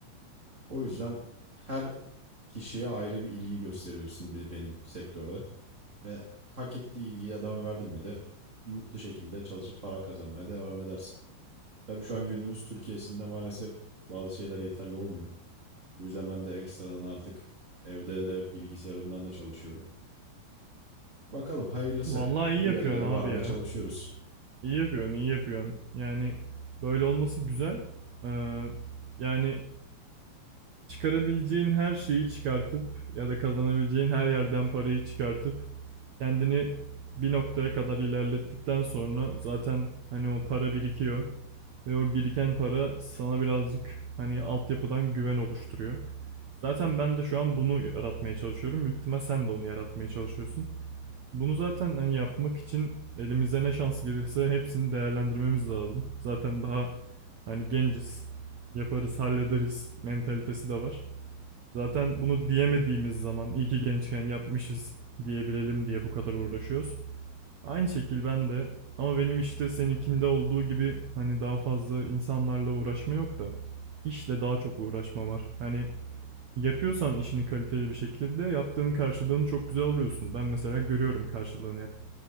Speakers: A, on the right; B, on the right.
A: O yüzden her kişiye ayrı bir ilgi gösteriyorsun benim sektörde. Ve hak ettiği ilgiyi adama verdin mi de mutlu şekilde çalışıp para kazanmaya devam edersin. Tabii şu an günümüz Türkiye'sinde maalesef bazı şeyler yeterli olmuyor. Bu yüzden ben de ekstradan artık evde de bilgisayarımdan da çalışıyorum. Bakalım hayırlısı.
B: Vallahi iyi
A: Bir
B: yapıyorsun
A: yerlere
B: abi
A: varmaya
B: ya.
A: çalışıyoruz.
B: İyi yapıyorsun, iyi yapıyorsun. Yani böyle olması güzel. Ee, yani çıkarabileceğin her şeyi çıkartıp ya da kazanabileceğin her yerden parayı çıkartıp kendini bir noktaya kadar ilerlettikten sonra zaten hani o para birikiyor ve o biriken para sana birazcık hani altyapıdan güven oluşturuyor. Zaten ben de şu an bunu yaratmaya çalışıyorum. Büyük ihtimal sen de onu yaratmaya çalışıyorsun. Bunu zaten hani yapmak için elimize ne şans gelirse hepsini değerlendirmemiz lazım. Zaten daha hani genciz, yaparız, hallederiz mentalitesi de var. Zaten bunu diyemediğimiz zaman iyi ki gençken yapmışız diyebilelim diye bu kadar uğraşıyoruz. Aynı şekil ben de ama benim işte seninkinde olduğu gibi hani daha fazla insanlarla uğraşma yok da işle daha çok uğraşma var. Hani yapıyorsan işini kaliteli bir şekilde yaptığın karşılığını çok güzel alıyorsun. Ben mesela görüyorum karşılığını hep.